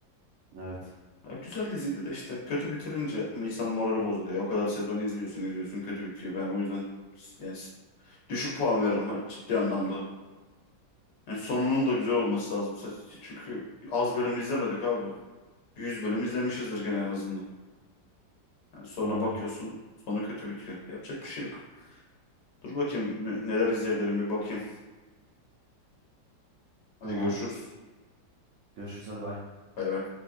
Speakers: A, on the right (about 60°); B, on the left (about 70°).
A: Evet.
B: Ya güzel diziydi de işte kötü bitirince insanın morali bozuluyor. ya. O kadar sezon izliyorsun izliyorsun kötü bitiyor. Ben o yüzden s- yani s- düşük puan veririm ha- ciddi anlamda. Yani sonunun da güzel olması lazım. Saç- Çünkü az bölüm izlemedik abi. yüz bölüm izlemişizdir gene en azından. Yani sonra
A: Aynen.
B: bakıyorsun sonu kötü bitiyor. Yapacak bir şey yok. Dur bakayım ne- neler izleyebilirim bir bakayım. Hadi
A: Tamam.
B: görüşürüz.
A: Görüşürüz hadi bay.
B: Bay bay.